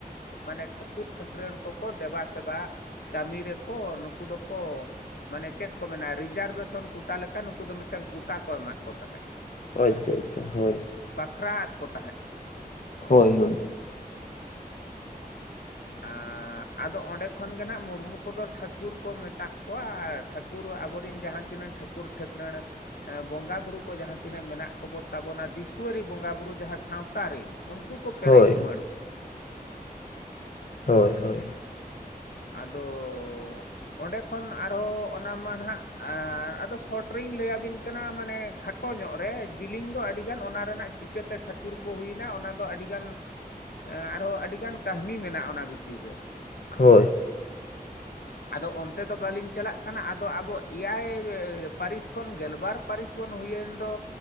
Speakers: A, on the left (about 80°); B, on the left (about 55°).
A: ᱢᱟᱱᱮ ᱴᱷᱟᱹᱠᱩᱨ ᱴᱷᱟᱹᱠᱨᱟᱹᱱ ᱠᱚᱠᱚ ᱫᱮᱵᱟ ᱥᱮᱵᱟ ᱠᱟᱹᱢᱤ ᱨᱮᱠᱚ ᱱᱩᱠᱩ ᱫᱚᱠᱚ, ᱢᱟᱱᱮ ᱪᱮᱫ ᱠᱚ ᱢᱮᱱᱟ ᱨᱤᱡᱟᱨᱵᱷᱮᱥᱚᱱ ᱠᱚᱴᱟ ᱞᱮᱠᱟ ᱱᱩᱠᱩ ᱫᱚ ᱢᱤᱫᱴᱮᱱ ᱠᱚᱴᱟ ᱠᱚ ᱮᱢᱟᱫ ᱠᱚ ᱛᱟᱦᱮᱸᱫ᱾
B: ᱟᱪᱪᱷᱟ ᱟᱪᱪᱷᱟ ᱦᱳᱭ,
A: ᱵᱟᱠᱷᱨᱟ ᱟᱫ ᱠᱚ ᱛᱟᱦᱮᱸᱫ᱾ ᱠᱚ
B: ᱦᱳᱭ ᱦᱳᱭ,
A: ᱟᱸ, ᱟᱫᱚ ᱚᱸᱰᱮ ᱠᱷᱚᱱ ᱜᱮ ᱱᱟᱜ ᱢᱩᱨᱢᱩ ᱠᱚᱫᱚ ᱴᱷᱟᱹᱠᱩᱨ ᱠᱚ ᱢᱮᱛᱟ ᱠᱚᱣᱟ ᱴᱷᱟᱹᱠᱩ ᱠᱩᱨ ᱟᱵᱚᱨᱮᱱ ᱡᱟᱦᱟᱸ ᱛᱤᱱᱟᱹᱜ ᱴᱷᱟᱹᱠᱩᱨ ᱴᱷᱟᱹᱠᱩᱨᱟᱹᱲ, ᱵᱚᱸᱜᱟ ᱵᱩᱨᱩ ᱠᱚ ᱡᱟᱦᱟᱸ ᱛᱤᱱᱟᱹᱜ ᱢᱮᱱᱟᱜ ᱠᱚᱵᱚ ᱛᱟᱵᱚᱱᱟ ᱫᱤᱥᱣᱟᱹᱨᱤ ᱵᱚᱸᱜᱟ ᱵᱩᱨᱩ ᱡᱟᱦᱟᱸ ᱥᱟᱸᱶᱛᱟ ᱨᱮᱱ᱾ ᱩᱱᱠᱩ ᱠᱚ ᱯᱮᱨᱮᱡ
B: ᱦᱳᱭ
A: ᱩᱢᱟᱹᱲ ᱠᱚᱣᱟ
B: ᱦᱳᱭ ᱦᱳᱭ,
A: ᱟᱫᱚ, ᱚᱸᱰᱮ ᱠᱷᱚᱱ ᱟᱨᱦᱚᱸ ᱚᱱᱟ ᱢᱟ ᱱᱟᱜ ᱟ, ᱟᱫᱚ ᱥᱚᱴ ᱨᱤᱧ ᱞᱟᱹᱭ ᱟᱵᱤᱱ ᱠᱟᱱᱟ ᱢᱟᱱᱮ ᱠᱷᱟᱴ ᱴᱚ ᱧᱚᱜ ᱨᱮ ᱡᱮᱞᱤᱧ ᱫᱚ ᱟᱹᱰᱤ ᱜᱟᱱ ᱚᱱᱟ ᱨᱮᱱᱟᱜ ᱪᱤᱠᱟᱹᱛᱮ ᱴᱷᱟᱹᱠᱩᱨ ᱠᱚ ᱦᱩᱭᱱᱟ ᱚᱱᱟ ᱫᱚ ᱟᱹᱰᱤᱜᱟᱱ, ᱟᱨᱦᱚᱸ ᱟᱹᱰᱤ ᱜᱟᱱ ᱠᱟᱹᱦᱱᱤ ᱢᱮᱱᱟᱜᱼᱟ ᱚᱱᱟ ᱵᱷᱤᱛᱤᱨ ᱨᱮ᱾
B: ᱦᱳᱭ,
A: ᱟᱫᱚ ᱚᱱᱛᱮ ᱫᱚ ᱵᱟᱹᱞᱤᱧ ᱪᱟᱞᱟᱜ ᱠᱟᱱᱟ ᱟᱫᱚ ᱟᱵᱚ ᱮᱭᱟᱭ ᱯᱟᱹᱨᱤᱥ ᱠᱷᱚᱱ ᱜᱮᱞᱵᱟᱨ ᱯᱟᱹᱨᱤᱥ ᱵᱚᱱ ᱦᱩᱭ ᱮᱱ ᱫᱚ